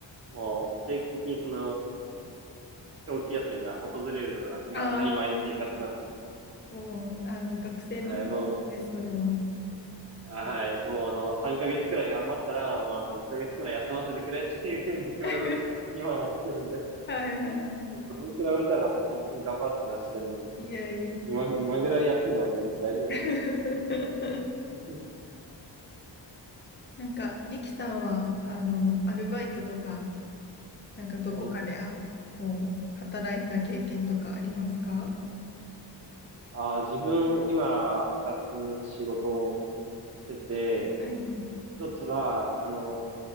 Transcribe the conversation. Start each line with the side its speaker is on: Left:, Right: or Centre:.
Right: もう定期的にその長期休みが訪れるのが今当たり前の生活なんで。
Left: ああ、<laughs> もう、あの、学生の時です、
Right: はい、もう、
Left: それは。
Right: あはい、もうあの、3ヶ月くらい頑張ったら、もうあの、1ヶ月くらい休ませてくれっていうふうに <laughs>
Left: <laughs>
Right: 今思ってるんで、
Left: はいはいは
Right: もうそれに比べたらもう本当に頑張ってらっしゃるんで、
Left: い。いやいや。
Right: 今、今ぐらい休んでも全然大丈夫です
Left: <laughs>
Right: ね。<laughs>
Left: なんか、リキさんは、あの、アルバイトとか、なんかどこかで、
Right: はい。
Left: あ、こう、働いた経験とかありますか
Right: あー、自分、今、二つ仕事をしてて、
Left: はいはい
Right: 一つは、あの、